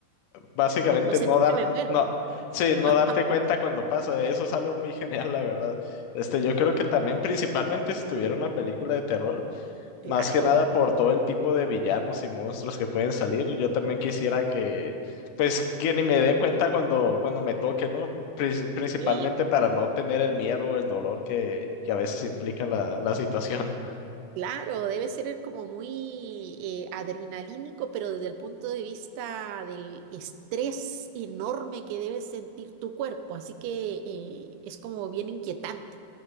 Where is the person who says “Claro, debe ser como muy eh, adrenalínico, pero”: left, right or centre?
Right